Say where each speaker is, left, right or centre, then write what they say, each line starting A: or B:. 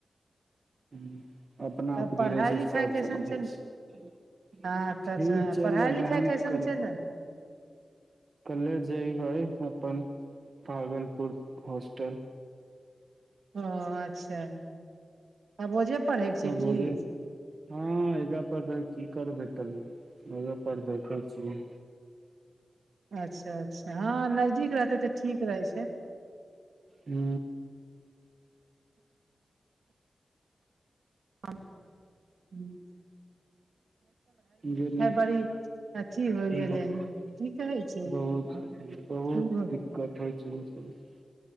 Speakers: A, on the right; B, on the right.
A: ह अपना
B: तब
A: आपनि
B: पढ़ाइ
A: रहै छै
B: लिखाइ
A: सब
B: कैसन
A: समझै
B: चल
A: छै
B: हँ तब
A: ठीक चलि
B: पढ़ाइ
A: रहलै
B: लिखाइ
A: हन
B: कैसन
A: कल
B: चलि रहल?
A: कले जेइहै अपन भागलपुर होस्टल
B: ओ अच्छा। आब ओजे पढ़ैके छै
A: ह बो
B: की
A: <unintelligible> लियए हँ, एही <unintelligible> एजमे की करबै, तै देखैत छियै।
B: अच्छा अच्छा हँ नजदीक रहतै तऽ ठीक रहै छै।
A: ऊ
B: आ ह। <unintelligible>
A: जे निक।
B: बड़ी अथी होइ
A: <unintelligible>
B: गेलै हन
A: <unintelligible>
B: की कहै छै
A: बहुत बहुत
B: ओ
A: दिक्कत <unintelligible>